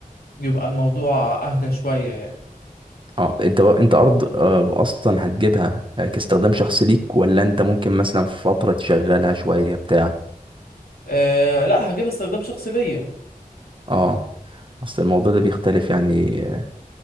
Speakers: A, on the left (about 90°); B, on the right (about 35°).
A: يبقى الموضوع أهدى شوية يعني
B: اه انت بقى- انت ارض آه، اصلا هتجيبها آه، كاستخدام شخصي ليك ولا انت ممكن مثلا في فترة تشغلها شوية بتاع
A: أه لا هجيب استخدام شخصي ليا
B: اه اصل الموضوع ده بيختلف يعني آه،